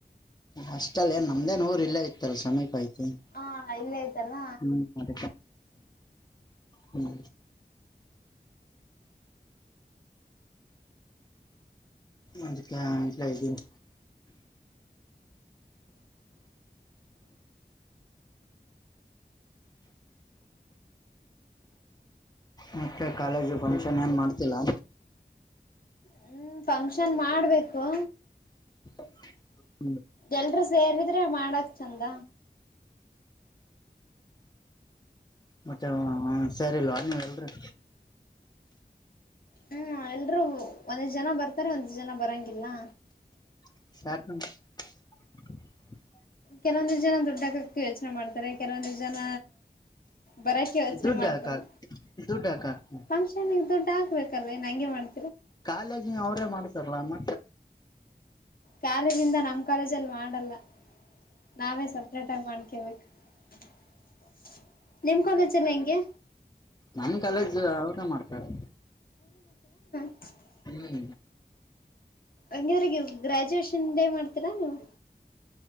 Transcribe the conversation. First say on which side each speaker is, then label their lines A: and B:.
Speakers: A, on the left (about 25°); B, on the left (about 60°).
A: ಅಷ್ಟಲ್ಲನ್ ನಮ್ದೇನ್ ಊರ್ ಇಲ್ಲ ಇತ್ತಲ್ಲ ಸಮೀಪ ಇತ
B: ಹಾ ಇಲ್ಲೇ ಐತಲ್ಲ
A: ಹ್ಮ್ತ್ತ ಹ್ಮ್ ಅದಕಲ ಇದಿದ್ದನ ಮತ್ತೆ ಕಾಲೇಜು ಫಂಕ್ಷನ್ ಏನ್ ಮಾಡ್ತಿಲ್ಲಾ
B: ಹ್ಮ್ ಫಂಕ್ಷನ್ ಮಾಡ್ಬೇಕು
A: <inaudible>
B: ಎಲ್ರುೂ ಸೇರಿದ್ರೆ ಮಾಡಕ್ ಚಂದ
A: ಮತ್ತೆ ಸರಿಲ್ವಾ ನೀವ ಎಲ್ರರಿ
B: ಹ್ಮ್ ಎಲ್ರುೂ ಒಂದ್ ಜನ ಬರ್ತಾರೆ ಒಂದ್ ಜನ ಬರಂಗಗೆ ಅಲ್ಲಾ
A: <unintelligible>
B: ಕೆಲವೊಂದ ಜನ ದುಡ್ ಹಾಕಕ್ಕೆ ಯೋಚನೆ ಮಾಡ್ತಾರೆ ಕೆಲವೊಂದ ಜನ ಬರಾಕಿ ಯೋಚನೆ
A: ದುಡ್ಡು
B: ಮಾಡ್ತರಿ
A: ಯಾಕ್ ಹಾಕ್ ದುಡ್ಡು ಯಾಕ್ ಹಾಕ್ತಿ
B: ಫಂಕ್ಷನ್ಗೆ ದುಡ್ಡ ಬೇಕಲ್ಲ ನಂಗೆ ಮಾಡ್
A: ಕಾಲೇಜ್ ಅವ್ರೇ ಮಾಡ್ತಾರಲ್ಲ ಅಮ್ಮ
B: ಕಾಲೇಜ್ದ ನಮ್ ಕಾಲೇಜ್ ಅಲ್ಲಿ ಮಾಡ ಅಲ್ಲ ನಾವೇ ಸಪ್ರೇಟ್ ಆಗಿ ಮಾಡ್ಕೇಬೇಕ ಹ ನಿಮ್ಕೊಂದಚರ ಹೆಂಗೆ
A: ನಮ ಕಾಲೇಜ್ <inaudible> ಮಾಡ್ತಾರೆ
B: ಹ <unintelligible>
A: ಹ್ಮ್
B: ಅಂಗರಗ ಗ್ರ್ಯಾಜುಯೇಷನ್ ಡೇ ಮಾಡ್ತೀರಾ ನೀವು